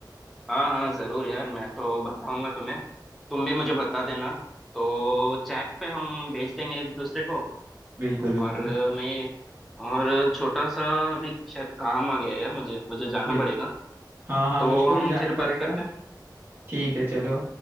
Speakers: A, in the centre; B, on the right.
A: हाँ हाँ जरूर यार मैं तो बताऊंगा तुम्हें तुम भी मुझे बता देना तो चैट पे हम भेज देंगे एक दूसरे को
B: बिल्कुल बिल्कुल
A: और अ, मैं ये और छोटा सा अभी शायद काम आ गया है यार मुझे मुझे जाना
B: बिल
A: पड़ेगा
B: हाँ हाँ
A: तो
B: मुझको
A: हम
B: भी जाना
A: फिर
B: पड़ेगा
A: बात करते हैं
B: ठीक है चलो